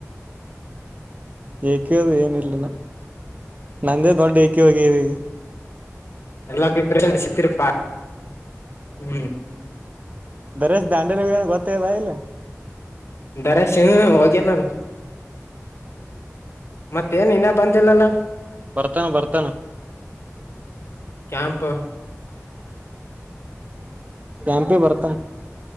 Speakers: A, on the right; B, on the left.
A: ಏಕಿದು ಏನು ಇಲ್ಲೆನ ನಂದೇ ದೊಡ್ಡ ಏಕಿ ಆಗಿವೆ ಈಗ
B: ಎಲ್ಲಾ ಪ್ರೀಪಂತ <unintelligible> ಸಿತರುಪಾ ಹ್ಮ್
A: ದರೇಶ್ ದಾಂಡೇಲಿ ಹೋಗನ ಗೊತ್ತದ ಇಲ್ಲ?
B: ದರೆಶು ಹೋಗೆನಾರು, ಮತ್ತೇನ್ ಇನ್ನ ಬಂದಿಲ್ಲಲ್ಲ,
A: ಬರ್ತಾನ ಬರ್ತಾನ
B: ಕೆಯಾಂಪ್
A: ಟ್ಯಾಂಪೆ ಬರ್ತನ್